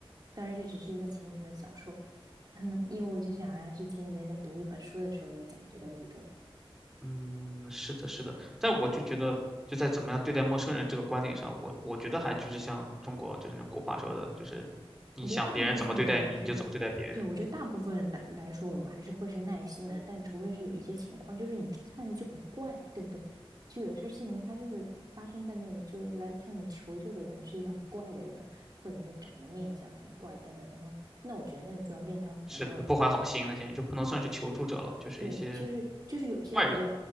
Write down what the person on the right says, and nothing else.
当然这只是一个浅浅的小说法，<laughs> 嗯，因为我就想，好像是前几天在读一本书的时候也讲这个理论。
我觉得大部分我们还是，
对，我觉得大部分来来说，我们还是会是耐心的，但除非是有一些情况，就是你看着就很怪，对不对？就有些事情它就是发生在那里，就来向你求救的人是一个很怪的人，或者是长得面相很怪等等，然后那我觉得那个就要另当别论了。
对，就是就是有些比较，